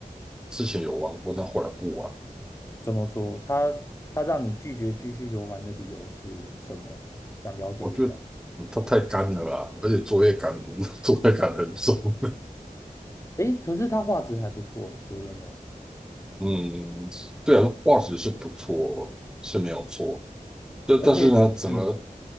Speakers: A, in the centre; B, on the left.
A: 之前有玩过，但后来不玩了。
B: 怎么说？它它让你拒绝继续游玩的理由是什么？想了解一下。
A: 我觉得它太干了啊，而且作业感 <laughs> 作业感很重。
B: 诶，可是它画质还不错诶，说真的，
A: <laughs> 嗯，对啊，画质是不错，是没有错。但但是呢，
B: 而且 <laughs>
A: 怎么
B: 嗯，